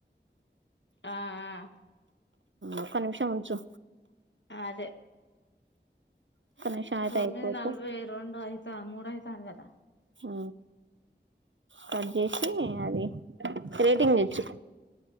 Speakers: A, on the left; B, on the right.
A: ఆ ఆ
B: ఒక్క నిమిషం ఉంచు
A: అదే
B: ఒక్క నిమిషం అయితే
A: తొమ్మిది
B: అయిపోతే
A: నలభై రెండు అయితు త మూడై తంది కదా
B: హు కట్ చేసి అది రేటింగ్ ఇచ్చు